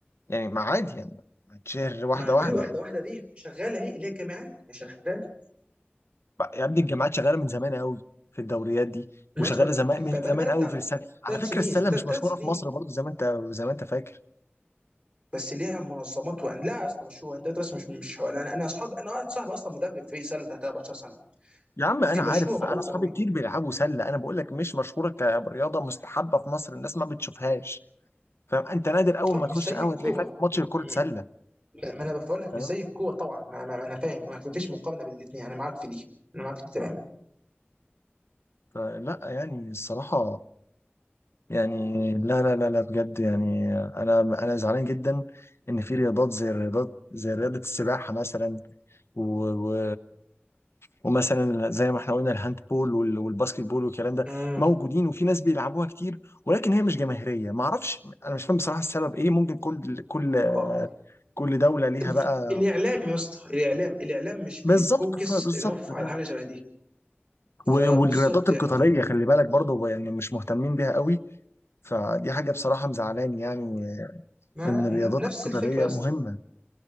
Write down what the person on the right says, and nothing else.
ما ما
الواحده
واحده دي شغاله اهي اللي هي الجامعات ما شغاله
ماشي
بقى
بقى
بتاع
ثلاث
سنين
ثلاث
ثلاث سنين
بس ليها منظمات وان لا يا اسطى مشهوره انت بس مش مش هو انا انا اصحاب انا واحد صاحبي اصلا مدرب فريق سله تحت 14 سنه
في مشهوره
معروفه
قوي
اه
مش
زي
الكوره
م- م-
ما انا بقول لك
مش زي الكوره طبعا ما, ما ما انا فاهم ما فيش مقارنه بين الاثنين انا معاك في دي انا معاك في دي تماما
امم
اه
طب
الاعلام يا اسطى الاعلام الاعلام مش
بيفوكس
انف على حاجه شبه دي فبالظبط
يعني ف...
ما
ن-
نفس
الفكره يا اسطى